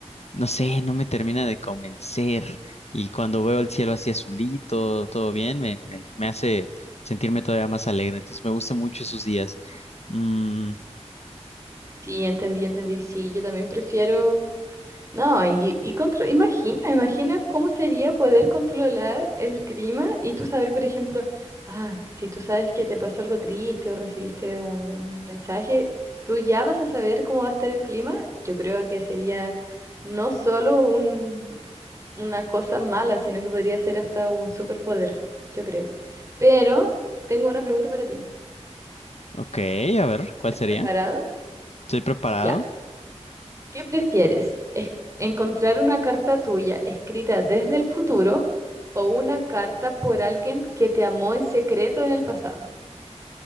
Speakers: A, on the left (about 65°); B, on the right (about 25°).
A: no sé, no me termina de convencer. Y cuando veo el cielo así azulito, todo bien, me, me, me hace sentirme todavía más alegre, entonces me gustan mucho esos días. Mm,
B: Sí, entendí, entendí. Sí, yo también prefiero. No, y, y contro- imagina, imagina cómo sería poder controlar el clima y tú saber, por ejemplo, ah, si tú sabes que te pasó algo triste o recibiste un mensaje, tú ya vas a saber cómo va a estar el clima. Yo creo que sería no solo un, una cosa mala, sino que podría ser hasta un superpoder, yo creo. Pero tengo una pregunta para ti.
A: Ok, a ver, ¿cuál
B: ¿Estás
A: sería?
B: preparado?
A: ¿Estoy preparado?
B: Ya. ¿Qué prefieres? ¿Es- ¿Encontrar una carta tuya escrita desde el futuro o una carta por alguien que te amó en secreto en el pasado?